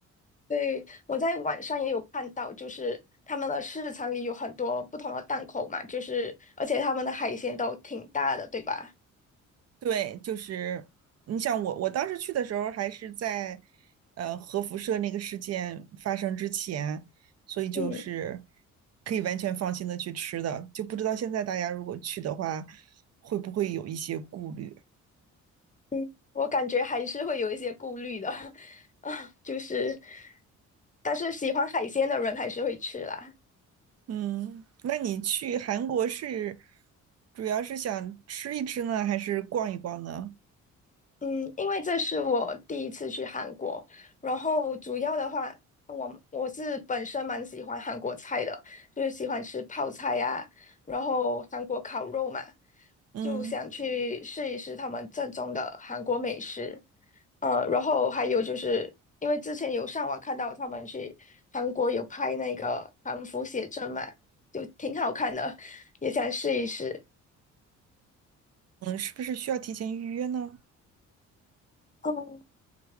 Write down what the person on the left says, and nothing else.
对，我在网上也有看到，就是他们的市场里有很多不同的档口嘛，就是而且他们的海鲜都挺大的，对吧？
嗯
嗯，我感觉还是会有一些顾虑的 <laughs> 啊，就是，但是喜欢海鲜的人还是会吃啦。
嗯，因为这是我第一次去韩国，然后主要的话，我我是本身蛮喜欢韩国菜的，就是喜欢吃泡菜呀、然后韩国烤肉嘛，
就想去试一试他们正宗的韩国美食。呃，然后还有就是因为之前有上网看到他们去韩国有拍那个韩服写真嘛，就挺好看的，也想试一试。
哦。